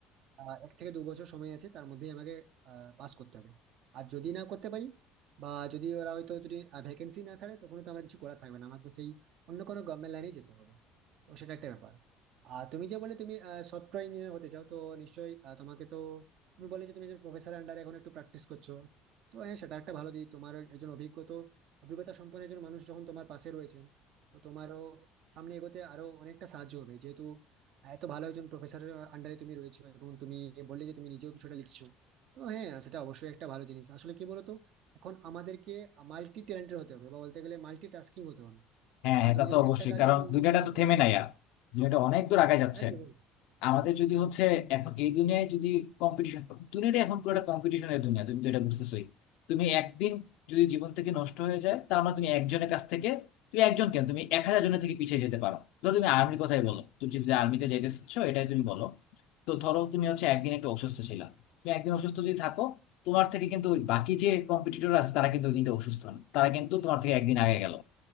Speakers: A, on the right; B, on the left.
A: আহ, এক থেকে দু বছর সময় আছে তার মধ্যেই আমাকে পাস করতে হবে আর যদি না করতে পারি বা যদি ওরা হয়তো যদি ভ্যাকেন্সি না ছাড়ে তখন তো আমার কিছু করার থাকবে না আমাকে সেই অন্য কোনো গভর্নমেন্ট লাইনেই যেতে হবে তো সেটা একটা ব্যাপার আর তুমি যে বলে তুমি সফটওয়্যার ইঞ্জিনিয়ার হতে চাও তো নিশ্চয়ই আহ, তোমাকে তো তুমি বলে যে তুমি একজন প্রফেসর আন্ডারে এখন একটু প্র্যাকটিস করছো তো হ্যাঁ সেটা একটা ভালো দিক তোমার একজন অভিজ্ঞতা অভিজ্ঞতা সম্পন্ন একজন মানুষ যখন তোমার পাশে রয়েছেন তো তোমারও সামনে এগোতে আরো অনেকটা সাহায্য হবে যেহেতু এত ভালো একজন প্রফেসরের আন্ডারে তুমি রয়েছো এবং তুমি বললে যে তুমি নিজেও কিছুটা লিখছো তো হ্যাঁ সেটা অবশ্যই একটা ভালো জিনিস আসলে কি বলতো এখন আমাদেরকে মাল্টি ট্যালেন্টেড হতে হবে বা বলতে গেলে মাল্টি টাস্কিং হতে হবে
B: হ্যাঁ
A: কারণ
B: হ্যাঁ
A: তুমি
B: তা তো
A: যদি
B: অবশ্যই
A: একটা কাজের
B: কারণ
A: উপর নির্ভর
B: দুনিয়াটা
A: করে থাকো
B: তো থেমে নাই আর দুনিয়াটা অনেক দূর আগে যাচ্ছে
A: একদম
B: আমাদের যদি হচ্ছে এখন এই দুনিয়ায় যদি কম্পিটিশন দুনিয়াটা এখন পুরোটা কম্পিটিশনের দুনিয়া তুমি তো এটা বুঝতেছোই তুমি একদিন যদি জীবন থেকে নষ্ট হয়ে যায় তার মানে তুমি একজনের কাছ থেকে তুমি একজন কেন তুমি এক হাজার জনের থেকে পিছিয়ে যেতে পারো ধরো তুমি আর্মির কথাই বলো তুমি যদি আর্মিতে যেতেছ এটাই তুমি বলো তো ধরো তুমি হচ্ছে একদিন একটু অসুস্থ ছিলা তুমি একদিন অসুস্থ যদি থাকো তোমার থেকে কিন্তু ওই বাকি যে কম্পিটিটর আছে তারা কিন্তু ওই দিনটা অসুস্থ না তারা কিন্তু তোমার থেকে একদিন আগে গেল